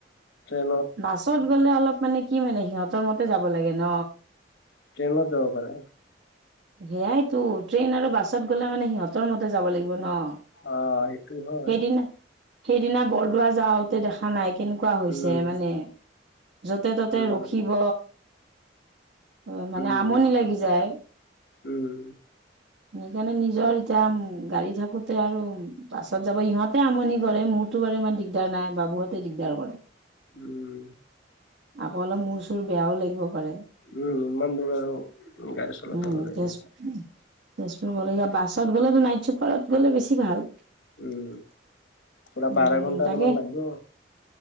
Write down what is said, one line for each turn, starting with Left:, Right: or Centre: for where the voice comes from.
Left: ট্ৰেইনত
Right: বাছত গ'লে অলপ মানে কি মানে সিহঁতৰ মতে যাব লাগে ন
Left: ট্ৰেইনত যাব পাৰে
Right: সেয়াইতো ট্ৰেইন আৰু বাছত গ'লে মানে সিহঁতৰ মতে যাব লাগিব ন
Left: অ সেইটো হয়
Right: সেইদিনা সেইদিনা বৰদোৱা যাওতে দেখা নাই কেনেকুৱা হৈছে
Left: উম
Right: মানে য'তে ত'তে
Left: উম
Right: ৰখিব অ মানে
Left: উম
Right: আমনি লাগি যায়
Left: উম
Right: সেইকাৰণে নিজৰ যাম গাড়ী থাকো তে আৰু পাছত যাব ইহঁতে আমনি কৰে মোৰতো বাৰু ইমান দিগ দিগদাৰ নাই বাবুহঁতে দিগদাৰ কৰে
Left: উম
Right: আকৌ অলপ মোৰ চোৰ বেয়াও লাগিব পাৰে
Left: উম ইমান দূৰ আৰু গাড়ী চলাব
Right: উম
Left: নোৱাৰি
Right: তেজ তেজপুৰ গলে এতিয়া বাছত গ'লেতো নাইট চুপাৰত গ'লে বেছি ভাল
Left: উম পুৰা
Right: উম
Left: বাৰ ঘন্টা
Right: তাকে
Left: মান লাগিব